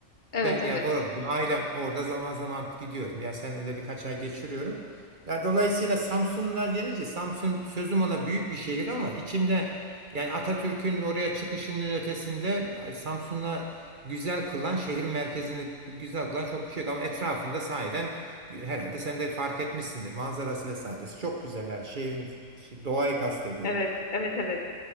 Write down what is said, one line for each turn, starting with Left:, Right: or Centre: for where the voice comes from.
Left: Evet
Right: Ben
Left: evet.
Right: yani oralıyım. Ailem orada zaman zaman gidiyorum. Yani senede de birkaç ay geçiriyorum. Yani dolayısıyla Samsunlar gelince Samsun sözüm ona büyük bir şehir ama içinde yani Atatürk'ün oraya çıkışının ötesinde Samsun'a güzel kılan şehir merkezini güzel kılan çok bir şey yok. Ama etrafında sahiden herhalde sen de fark etmişsindir. Manzarası vesairesi çok güzel yani şehrin şey, doğayı kastediyorum.
Left: Evet evet evet.